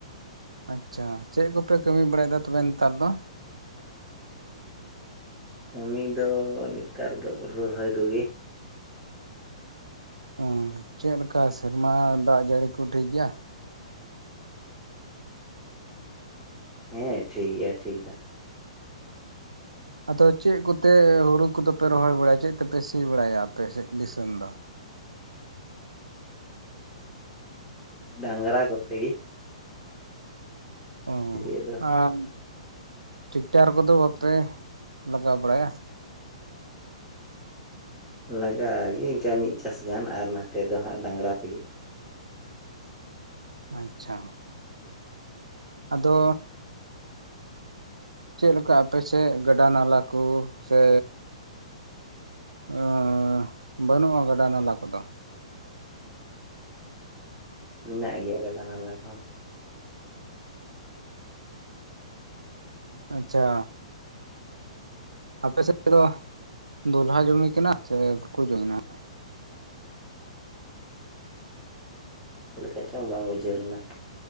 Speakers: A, on the right; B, in the centre.
A: ᱟᱪᱪᱷᱟ ᱪᱮᱫ ᱠᱚᱯᱮ ᱠᱟᱹᱢᱤ ᱵᱟᱲᱟᱭᱮᱫᱟ ᱛᱚᱵᱮ ᱱᱮᱛᱟᱨ ᱫᱚ?
B: ᱠᱟᱹᱢᱤ ᱫᱚ ᱱᱮᱛᱟᱨ ᱫᱚ ᱦᱩᱲᱩ ᱨᱚᱦᱚᱭ ᱠᱚ ᱜᱮ᱾
A: ᱚ ᱪᱮᱫᱮᱠᱟ ᱥᱮᱨᱢᱟ ᱫᱟᱜ ᱡᱟᱹᱲᱤ ᱠᱚ ᱴᱷᱤᱠᱜᱭᱟ?
B: ᱦᱮᱸ ᱴᱷᱤᱠ ᱜᱮᱭᱟ ᱴᱷᱤᱠ ᱫᱚ
A: ᱟᱫᱚ ᱪᱮᱫ ᱠᱚᱛᱮ ᱦᱩᱲᱩ ᱠᱚᱫᱚᱯᱮ ᱨᱚᱦᱚᱭ ᱵᱟᱲᱟᱭᱟ ᱪᱮᱫ ᱛᱮᱯᱮ ᱥᱤ ᱵᱟᱲᱟᱭᱟ ᱟᱯᱮ ᱥᱮᱫ ᱫᱤᱥᱚᱢ ᱫᱚ?
B: ᱰᱟᱝᱨᱟ ᱠᱚᱛᱮ ᱜᱮ
A: ᱚ
B: ᱥᱤᱭᱳᱜ ᱫᱚ
A: ᱟᱨ ᱴᱷᱤᱠᱴᱷᱟᱠ ᱠᱚᱫᱚ ᱵᱟᱯᱮ ᱞᱟᱜᱟᱣ ᱵᱟᱲᱟᱭᱟ?
B: ᱞᱟᱜᱟᱜ ᱜᱮ ᱤᱱᱠᱟᱹ ᱢᱤᱫ ᱪᱟᱥ ᱜᱟᱱ ᱟᱨ ᱱᱚᱛᱮ ᱫᱚ ᱦᱟᱸᱜ ᱰᱟᱝᱨᱟ ᱛᱮᱜᱮ᱾
A: ᱟᱪᱪᱷᱟ ᱟᱫᱚ ᱪᱮᱫ ᱞᱮᱠᱟ ᱟᱯᱮᱥᱮᱫ ᱜᱟᱰᱟ ᱱᱟᱞᱟ ᱠᱚ ᱥᱮ ᱚ ᱵᱟᱹᱱᱩᱜᱼᱟ ᱜᱟᱰᱟ ᱱᱟᱞᱟ ᱠᱚᱫᱚ
B: ᱢᱮᱱᱟᱜ ᱜᱮᱭᱟ ᱜᱟᱫᱟ ᱱᱟᱞᱟ ᱠᱚᱦᱚᱸ
A: ᱟᱪᱪᱷᱟ ᱟᱯᱮᱥᱮᱫ ᱫᱚ ᱫᱩᱞᱦᱟ ᱡᱚᱢᱤ ᱠᱟᱱᱟ ᱥᱮ ᱠᱩᱡᱠᱚ ᱡᱚᱢᱤ ᱱᱟᱦᱟᱜ
B: ᱪᱮᱫ ᱞᱮᱠᱟ ᱪᱚᱝ ᱵᱟᱝ ᱵᱩᱡᱷᱟᱹᱣ ᱞᱮᱱᱟ?